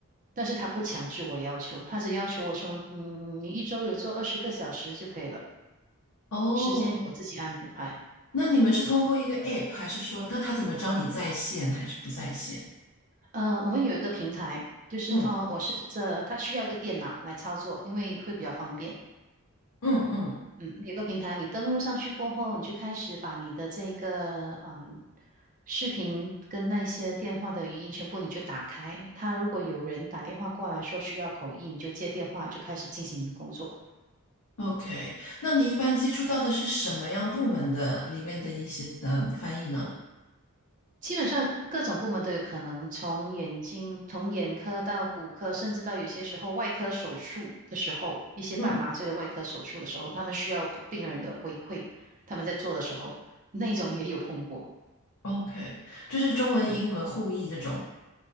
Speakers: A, on the right (about 35°); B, on the left (about 75°).
A: 但是他不强制我要求，他只要求我说，嗯，你一周有做二十个小时就可以了，
B: 哦，
A: 时间我自己安排。
B: 那你们是通过一个 App，还是说，那他怎么知道你在线还是不在线
A: 呃，我们有一个平台，就是他我是这，
B: 嗯
A: 他需要一个电脑来操作，因为会比较方便。
B: 嗯嗯，
A: 嗯，有个平台，你登录上去过后，你就开始把你的这个嗯视频跟那些电话的语音全部你就打开。他如果有人打电话过来说需要口译，你就接电话，就开始进行你的工作。
B: ？OK，那你一般接触到的是什么样部门的里面的一些嗯翻译呢？
A: 基本上各种部门都有可能，从眼睛、从眼科到骨科，甚至到有些时候外科手术的时候，一些半麻醉的外科手术的时候，
B: 嗯。
A: 他们需要病人的回馈，他们在做的时候，那种也有碰过。
B: OK，就是中文、英文互译这种。